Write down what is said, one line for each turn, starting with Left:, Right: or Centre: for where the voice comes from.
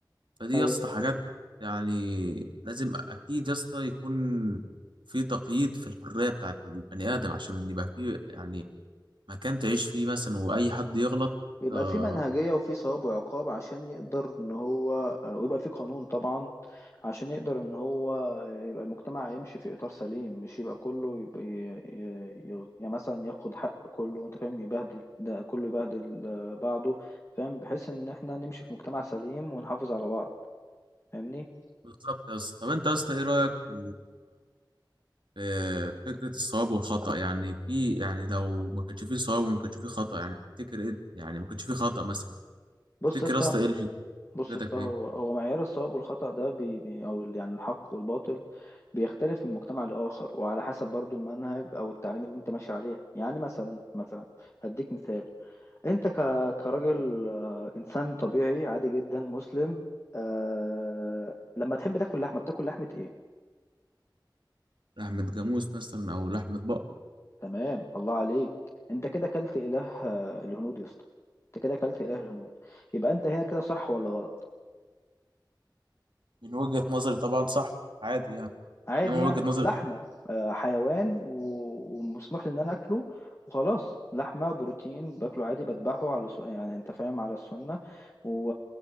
Right: فدي
Left: أيوة.
Right: يا اسطى حاجات يعني لازم أكيد يا اسطى يكون في تقييد في الحرية بتاعت البني آدم عشان يبقى في يعني مكان تعيش فيه مثلا وأي حد يغلط
Left: يبقى
Right: آه،
Left: في منهجية وفي ثواب وعقاب عشان يقدر ان هو آه، ويبقى في قانون طبعا عشان يقدر ان هو آه، يبقى المجتمع يمشي في اطار سليم مش يبقى كله يبقى ي- ي- ي- يعني مثلا ياخد حق كله وانت فاهم يبهدل ده كله يبهدل آه، بعضه فاهم بحيث ان احنا نمشي في مجتمع سليم ونحافظ على بعض فاهمني
Right: بالظبط يا اسطى طب أنت يا اسطى إيه رأيك في آه، فكرة الصواب والخطأ يعني في يعني لو ما كانش فيه صواب وما كانش فيه خطأ يعني تفتكر ايه يعني ما كانش فيه خطأ مثلا
Left: بص
Right: تفتكر
Left: يا اسطى
Right: يا اسطى ايه اللي-
Left: بص
Right: فكرتك
Left: يا اسطى
Right: ايه
Left: هو هو معيار الصواب والخطأ ده بي بي او ال- يعني الحق والباطل بيختلف من مجتمع لآخر وعلى حسب برضو المنهج او التعليم اللي انت ماشي عليه يعني مثلا مثلا هديك مثال انت ك كراجل آه، انسان طبيعي عادي جدا مسلم آه لما تحب تاكل لحمه بتاكل لحمه ايه
Right: لحمة جاموس مثلا او لحمة بقر
Left: تمام الله عليك انت كده كلت اله آه، الهنود يا اسطى انت كده كلت اله الهنود يبقى انت هنا كده صح ولا غلط
Right: من وجهة نظري طبعا صح عادي يعني
Left: عادي
Right: انما من
Left: يعني
Right: وجهة نظري
Left: لحمة آه، حيوان و- ومسموح لي إن أنا أكله وخلاص لحمة بروتين باكله عادي بذبحه على س... يعني أنت فاهم على السنة و...